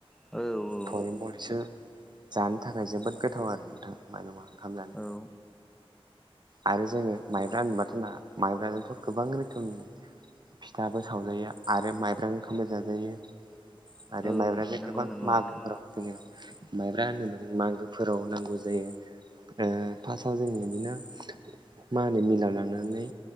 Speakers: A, in the centre; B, on the right.
A: औ। औ
B: फरिमलसो जानो थाखाय जोबोद गोथाव आरो नोंथां मारङा ओंखाम जानो।
A: औ।
B: आरो जोङो माइब्रा होनबाथ' ना माइब्राजोंथ' गोबां रोखोमनि फिथाबो सावजायो आरो माइब्रांनि ओंखामबो जाजायो। आरो
A: औ
B: माइब्राजों
A: नंगौ
B: गोबां
A: नंगौ
B: मागोफोराव
A: नोंथां
B: जोङो माइब्रा होनोबा जों मागोफोराव नांगौ जायो। ओ फार्स्टआव जों इदिनो माइनि मिलाव लांनानै